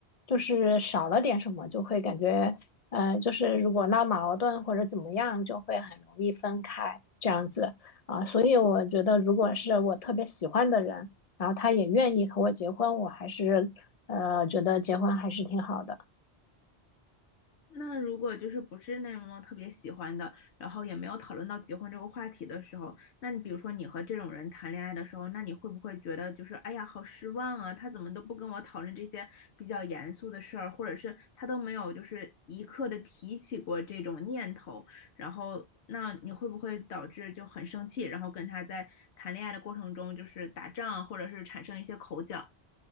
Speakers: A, on the left; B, on the left.
A: 就是少了点什么，就会感觉，呃，就是如果闹矛盾或者怎么样，就会很容易分开这样子啊，所以我觉得，如果是我特别喜欢的人，然后他也愿意和我结婚，我还是呃觉得结婚还是挺好的。
B: 那如果就是不是那么特别喜欢的，然后也没有讨论到结婚这个话题的时候，那你比如说你和这种人谈恋爱的时候，那你会不会觉得就是哎呀好失望啊？他怎么都不跟我讨论这些比较严肃的事儿，或者是他都没有就是一刻的提起过这种念头，然后那你会不会导致就很生气，然后跟他在谈恋爱的过程中就是打仗，或者是产生一些口角？